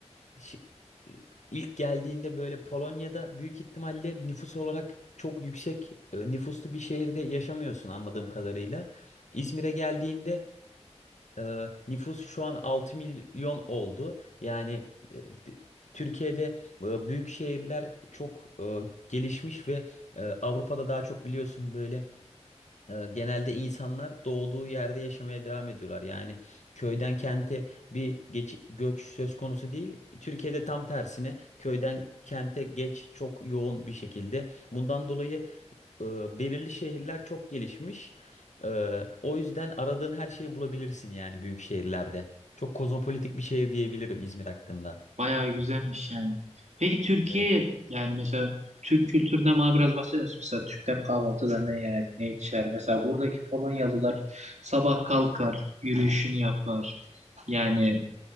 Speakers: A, on the left; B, on the right.
A: şi- e, ilk geldiğinde böyle Polonya'da büyük ihtimalle nüfus olarak çok yüksek e, nüfuslu bir şehirde yaşamıyorsun anladığım kadarıyla. İzmir'e geldiğinde e, nüfus şu an 6 milyon oldu. Yani e, d- Türkiye'de e, büyük şehirler çok e, gelişmiş ve e, Avrupa'da daha çok biliyorsun böyle e, Genelde insanlar doğduğu yerde yaşamaya devam ediyorlar. Yani köyden kente bir geç, göç söz konusu değil. Türkiye'de tam tersine köyden kente geç çok yoğun bir şekilde. Bundan dolayı e, belirli şehirler çok gelişmiş. E, o yüzden aradığın her şeyi bulabilirsin yani büyük şehirlerde. Çok kozmopolitik bir şehir diyebilirim İzmir hakkında.
B: Bayağı güzelmiş yani. Peki Türkiye
A: Evet,
B: yani mesela Türk kültüründen bana biraz bahseder misin? Mesela Türkler kahvaltıda ne yer, ne içer? Mesela buradaki Polonyalılar sabah kalkar, yürüyüşünü yapar. Yani